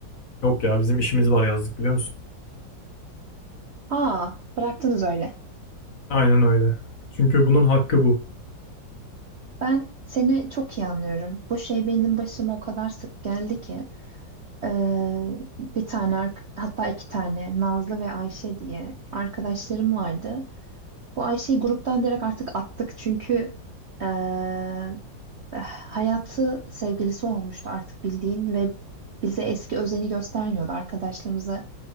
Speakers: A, on the left; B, on the right.
A: yok ya bizim işimiz var yazdık biliyor musun?
B: Aa, bıraktınız öyle.
A: Aynen öyle. Çünkü bunun hakkı bu.
B: Ben seni çok iyi anlıyorum. Bu şey benim başıma o kadar sık geldi ki eee, bir tane ark- hatta iki tane Nazlı ve Ayşe diye arkadaşlarım vardı. Bu Ayşe'yi gruptan direkt artık attık çünkü eee, hayatı sevgilisi olmuştu artık bildiğin ve bize eski özeni göstermiyordu. Arkadaşlarımıza